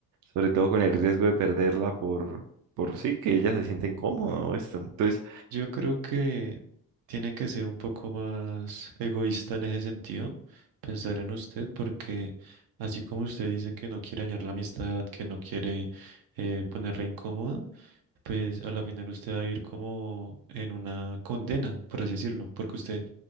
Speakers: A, on the right; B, on the right.
A: sobre todo con el riesgo de perderla por, por sí, que ella se siente incómoda o esto. Entonces,
B: Yo creo que tiene que ser un poco más egoísta en ese sentido, pensar en usted, porque así como usted dice que no quiere dañar la amistad, que no quiere eh, ponerla incómoda, pues a la final usted va a ir como en una condena, por así decirlo, porque usted